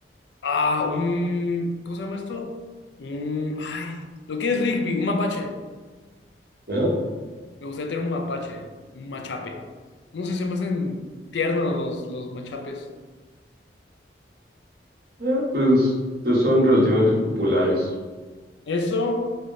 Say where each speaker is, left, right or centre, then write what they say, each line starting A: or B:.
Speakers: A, on the left; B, on the right.
A: Ah, un... ¿Cómo se llama esto? Un... Ay, lo que es Rigby, un mapache.
B: Ajá.
A: Me gustaría tener un mapache, un machape. No sé, se me hacen tiernos los, los machapes.
B: Ah, pues, pues son relativamente populares.
A: Eso,